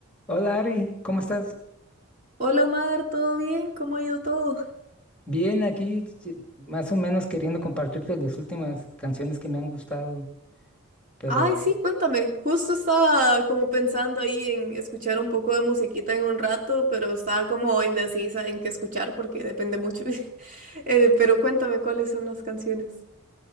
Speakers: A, in the centre; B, on the right.
A: Hola Ari, ¿cómo estás?
B: Hola Omar, ¿todo bien? ¿Cómo ha ido todo?
A: Bien, aquí sí, más o menos queriendo compartirte las últimas canciones que me han gustado, pero
B: Ay, sí, cuéntame. Justo estaba como pensando ahí en escuchar un poco de musiquita en un rato, pero estaba como indecisa en qué escuchar porque depende mucho. <laughs> Eh, pero cuéntame cuáles son las canciones.